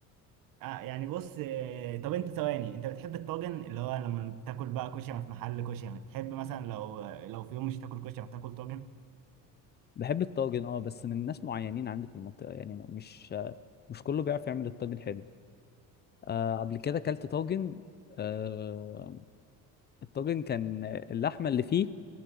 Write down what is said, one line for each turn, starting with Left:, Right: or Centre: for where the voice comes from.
Right: آه يعني بص آه، طب انت ثواني انت بتحب الطاجن اللي هو لما بتاكل بقى كشري في محل كشري بتحب مثلا لو لو في يوم مش تاكل كشري بتاكل طاجن
Left: بحب الطاجن اه بس من ناس معينين عندي في المنطقه يعني مش مش كله بيعرف يعمل الطاجن حلو آه قبل كده اكلت طاجن آه، الطاجن كان اللحمه اللي فيه